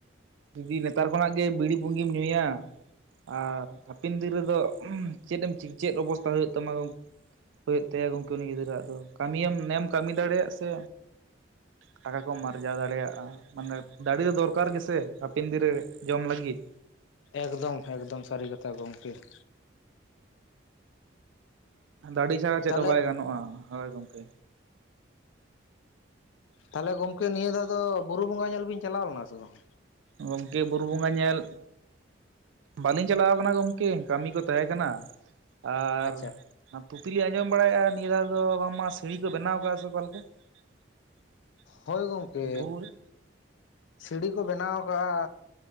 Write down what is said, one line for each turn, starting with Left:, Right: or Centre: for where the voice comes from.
Right: ᱡᱩᱫᱤ ᱱᱮᱛᱟᱨ ᱠᱷᱚᱱᱟᱜ ᱜᱮ ᱵᱤᱲᱤ ᱯᱩᱸᱜᱤᱢ ᱧᱩᱭᱟ ᱟᱨ ᱦᱟᱯᱮᱱ ᱫᱤᱱ ᱨᱮᱫᱚ ᱪᱮᱫ ᱮᱢ ᱪᱮᱫ ᱚᱵᱚᱥᱛᱟ ᱦᱩᱭᱩᱜ ᱛᱟᱢᱟ ᱦᱩᱭᱩᱜ ᱛᱟᱭᱟ ᱜᱚᱢᱠᱮ ᱩᱱᱤ ᱜᱤᱫᱽᱨᱟᱹ ᱦᱟᱜ ᱫᱚ ᱠᱟᱹᱢᱤᱭ ᱱᱮᱢ ᱠᱟᱹᱢᱤ ᱫᱟᱲᱮᱭᱟᱜ ᱥᱮ᱾ ᱴᱟᱠᱟ ᱠᱚᱢ ᱟᱨᱡᱟᱣ ᱫᱟᱲᱮᱭᱟᱜᱼᱟ ᱢᱟᱱᱮ ᱫᱟᱲᱮ ᱫᱚ ᱫᱚᱨᱠᱟᱨ ᱜᱮᱥᱮ ᱦᱟᱯᱮᱱ ᱫᱤᱱ ᱨᱮ ᱡᱚᱢ ᱞᱟᱹᱜᱤᱫ᱾
Left: ᱮᱠᱫᱚᱢ ᱮᱠᱫᱚᱢ ᱥᱟᱹᱨᱤ ᱠᱟᱛᱷᱟ ᱜᱚᱝᱠᱮ ᱾
Right: ᱫᱟᱹᱲᱤ ᱪᱷᱟᱲᱟ ᱪᱮᱫ
Left: ᱛᱟᱦᱚᱞᱮ
Right: ᱦᱚᱸ ᱵᱟᱭ ᱜᱟᱱᱚᱜᱼᱟ ᱦᱚᱭ ᱜᱚᱝᱠᱮ᱾
Left: ᱛᱟᱦᱚᱞᱮ ᱜᱚᱝᱠᱮ ᱱᱤᱭᱟᱹ ᱫᱷᱟᱣ ᱫᱚ ᱵᱩᱨᱩ ᱵᱚᱸᱜᱟ ᱧᱮᱞ ᱵᱤᱱ ᱪᱟᱞᱟᱣ ᱞᱮᱱᱟ ᱥᱮ ᱵᱟᱝ?
Right: ᱜᱚᱝᱠᱮ ᱵᱩᱨᱩ ᱵᱚᱸᱜᱟ ᱧᱮᱞ ᱵᱟᱹᱞᱤᱧ ᱪᱟᱞᱟᱣ ᱟᱠᱟᱱᱟ ᱜᱚᱝᱠᱮ ᱠᱟᱹᱢᱤ ᱠᱚ ᱛᱟᱦᱮᱸ ᱠᱟᱱᱟ ᱟᱨ᱾
Left: ᱟᱪᱪᱷᱟ
Right: ᱛᱷᱩᱛᱤᱞᱤᱧ ᱟᱸᱡᱚᱢ ᱵᱟᱲᱟᱭᱮᱫᱼᱟ ᱱᱤᱭᱟᱹ ᱫᱷᱟᱣ ᱫᱚ ᱵᱟᱝᱢᱟ ᱥᱤᱲᱤ ᱠᱚ ᱵᱮᱱᱟᱣ ᱟᱠᱟᱫᱼᱟ ᱥᱮ ᱚᱠᱟ ᱞᱮᱠᱟ? <inaudible>
Left: ᱦᱳᱭ ᱜᱚᱝᱠᱮ
Right: ᱵᱩᱨᱩ ᱨᱮ
Left: ᱥᱤᱲᱤ ᱠᱚ ᱵᱮᱱᱟᱣ ᱟᱠᱟᱜ-ᱟ᱾